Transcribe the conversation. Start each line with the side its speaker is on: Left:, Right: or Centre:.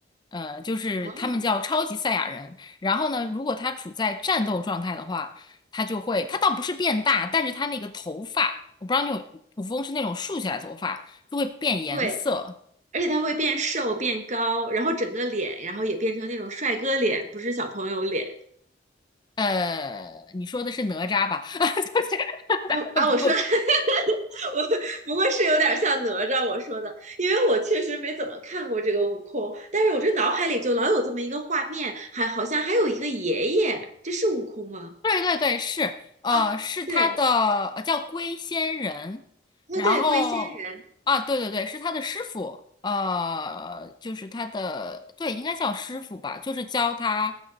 Left: 呃，就是他们叫超级赛亚人。
Right: 哦，
Left: 然后呢，如果他处在战斗状态的话，他就会，他倒不是变大，但是他那个头发，我不知道你有，古风是那种竖起来的头发，就会变颜色。
Right: 对，而且他会变瘦变高，然后整个脸，然后也变成那种帅哥脸，不是小朋友脸。
Left: 呃，你说的是哪吒吧？<laughs> 就是
Right: 啊，啊我说
Left: 呃不，
Right: <laughs> <laughs> 我不过是有点像哪吒我说的，因为我确实没怎么看过这个悟空，但是我这脑海里就老有这么一个画面，还好像还有一个爷爷，这是悟空吗？
Left: 对对对，是，呃，
Right: 啊，
Left: 是他的，
Right: 对，
Left: 呃，叫龟仙人，
Right: 啊对，
Left: 然后啊，
Right: 龟仙人，
Left: 对对对，是他的师傅，呃，就是他的，对，应该叫师傅吧，就是教他，